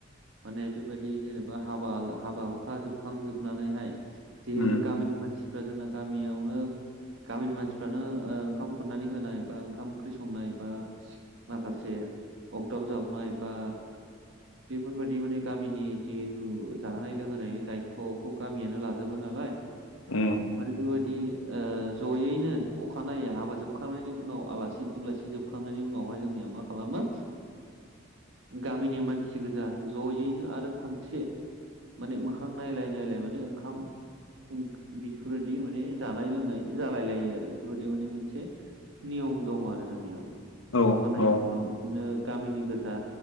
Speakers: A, on the right; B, on the left.
A: माने बेबायदि जेनेबा हाबा हाबा हुखा जोबखांजोबनानैहाय। जिहेतु
B: उम
A: गामिनि मानसिफ्रा जोंना गामियावनो गामिनि मानसिफ्रानो ओ ओंखाम खुरनानै होनाय बा ओंखाम ओंख्रि संनाय बा माखासे अगदाब जावनाय बा बेफोरबादि माने गामिनि जिहेथु जाहोनाय लोंहोनायनि दायथ'खौ गामियानो लाजोबो नालाय
B: उम
A: माने बेबादि औ जयैनो अखानायै हाबा जोबखांनायनि उनाव आलासि दुलासि जोबखांनायनि उनावहाय जोंनिया मा खालामो गामिनि मानसि गोजा जयैनो आरो खनसे माने मोखां नायलाय नायलाय माने ओंखाम ओं बिदिफोरोदि माने जानाय लोंनाय जालाय लायो आरो बेफोरबायदि माने मोनसे नियम दङ' आरो जोंनिया माने
B: औ
A: अखानायै
B: औ
A: ज' बिदिनो बैनि गोजा